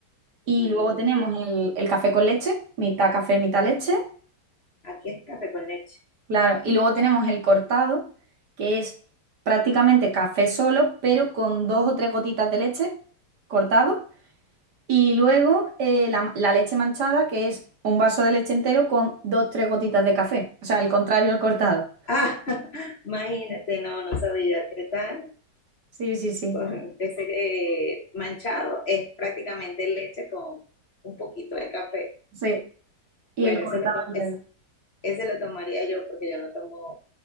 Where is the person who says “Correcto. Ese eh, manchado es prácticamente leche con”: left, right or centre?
Left